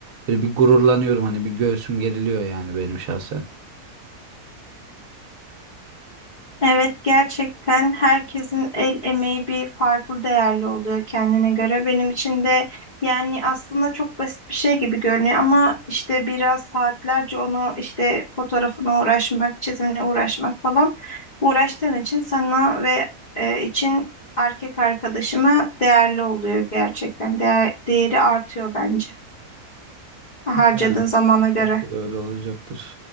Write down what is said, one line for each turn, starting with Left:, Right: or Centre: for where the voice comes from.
Right: Böyle bir gururlanıyorum hani bir göğsüm geriliyor yani benim şahsen.
Left: Evet gerçekten herkesin el emeği bir farklı değerli oluyor kendine göre. Benim için de yani aslında çok basit bir şey gibi görünüyor ama işte biraz saatlerce onu işte fotoğrafına uğraşmak, çizimine uğraşmak falan uğraştığın için sana ve e, için erkek arkadaşıma değerli oluyor gerçekten. Değer, değeri artıyor bence harcadığın
Right: Yani
Left: zamana göre.
Right: belki de öyle olacaktır.